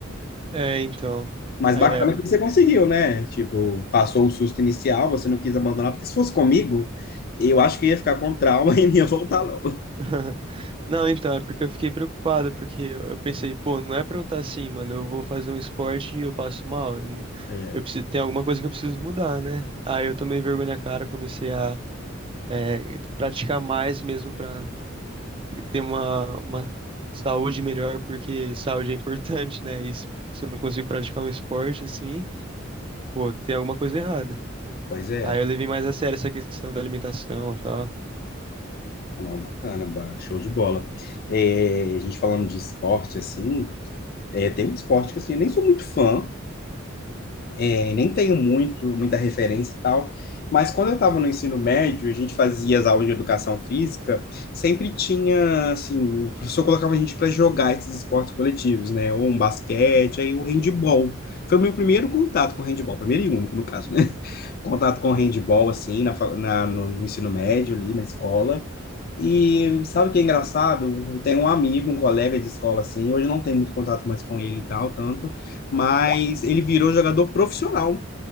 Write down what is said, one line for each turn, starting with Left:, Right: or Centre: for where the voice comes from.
Right: É, então.
Left: Mas
Right: Aí
Left: bacana
Right: é.
Left: que você conseguiu, né? Tipo, passou o susto inicial, você não quis abandonar, porque se fosse comigo, eu acho que ia ficar com trauma <laughs> e não ia voltar, não.
Right: <laughs> Não, então, é porque eu fiquei preocupado, porque eu eu pensei, pô, não é pra eu estar assim, mano, eu vou fazer um esporte e eu passo mal. Eu não-
Left: É,
Right: eu preciso, tem alguma coisa que eu preciso mudar, né? Aí eu tomei vergonha na cara, comecei a é, praticar mais mesmo para ter uma, uma saúde melhor, porque saúde é importante, né? E se se eu não consigo praticar um esporte assim, pô, tem alguma coisa errada.
Left: pois é.
Right: Aí eu levei mais a sério essa questão da alimentação e tal.
Left: Ah, não, bacana, ba- show de bola. É, a gente falando de esporte, assim, é, tem um esporte que assim, eu nem sou muito fã, é, nem tenho muito, muita referência e tal, mas quando eu estava no ensino médio, a gente fazia as aulas de educação física, sempre tinha, assim, o professor colocava a gente para jogar esses esportes coletivos, né? Ou um basquete, aí o handball. Foi o meu primeiro contato com handball, primeiro e único, no caso, né? <laughs> Contato com handball, assim, na, fa- na- no, no ensino médio, ali na escola. E sabe o que é engraçado? Eu tenho um amigo, um colega de escola, assim, hoje eu não tenho muito contato mais com ele e tal, tanto, mas ele virou jogador profissional